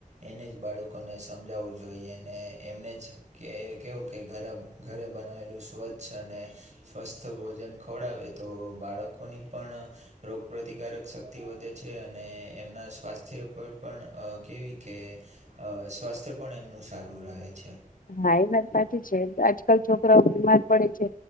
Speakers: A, on the right (about 55°); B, on the left (about 75°).
A: એને જ બાળકોને સમજાવવું જોઈએ અને એમને જ કે કેવું કે ઘરભ ઘરે બનાવેલું સ્વચ્છ અને સ્વસ્થ ભોજન ખવડાવે તો બાળકોની પણ રોક પ્રતિકારક શક્તિ વધે છે અને એમના સ્વાસ્થ્ય પર પણ અ કેવી કે અ સ્વાસ્થ્ય પણ એમનું સારું રહે છે.
B: હા એ વાત સાચી છે આજકાલ છોકરાઓ બીમાર પડે છે